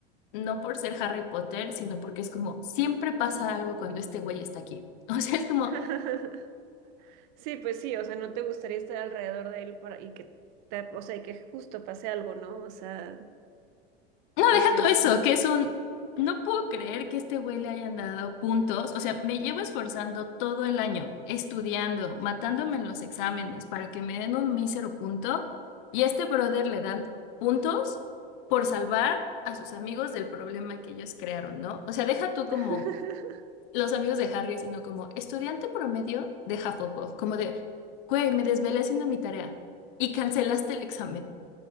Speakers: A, on the left (about 55°); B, on the right (about 50°).
A: No por ser Harry Potter, sino porque es como siempre pasa algo cuando este güey está aquí. <laughs> O sea, es como
B: <laughs> Sí, pues sí, o sea, no te gustaría estar alrededor de él para, y que te- o sea, y que justo pase algo, ¿no? O sea,
A: No,
B: entonces.
A: deja todo eso, que es un... No puedo creer que este güey le hayan dado puntos. O sea, me llevo esforzando todo el año, estudiando, matándome en los exámenes para que me den un mísero punto. Y a este brother le dan puntos por salvar a sus amigos del problema que ellos crearon, ¿no? O sea, deja tú
B: <laughs>
A: como los amigos de Harry, sino como estudiante promedio de Hufflepuff. Como de, güey, me desvelé haciendo mi tarea y cancelaste el examen.